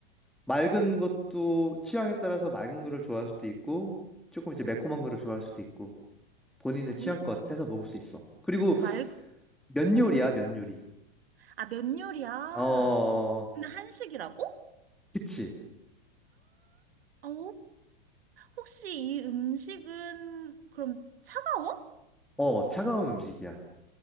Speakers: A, in the centre; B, on the right.
A: 맑은 것도 취향에 따라서 맑은 거를 좋아할 수도 있고, 조금 이제 매콤한 거를 좋아할 수도 있고. 본인의 취향껏
B: 뭐야, 이게?
A: 해서 먹을 수 있어. 그리고
B: 말,
A: 면
B: 어.
A: 요리야, 면 요리.
B: 아, 면 요리야.
A: 어,
B: 근데 한식이라고?
A: 그치.
B: 어? 혹시 이 음식은 그럼 차가워?
A: 어, 차가운 음식이야.